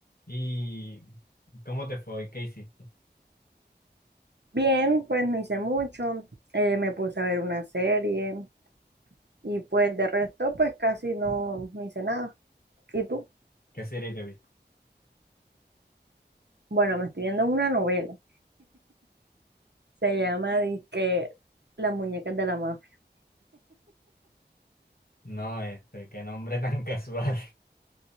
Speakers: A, on the left (about 55°); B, on the right (about 70°).
A: ¿Y cómo te fue? ¿Qué hiciste?
B: Bien, pues no hice mucho, eh, me puse a ver una serie y pues de resto pues casi no, no hice nada. ¿Y tú?
A: ¿Qué serie te viste?
B: Bueno, me estoy viendo una novela, se llama que Las muñecas de la mafia.
A: No, este, qué nombre tan <laughs> casual.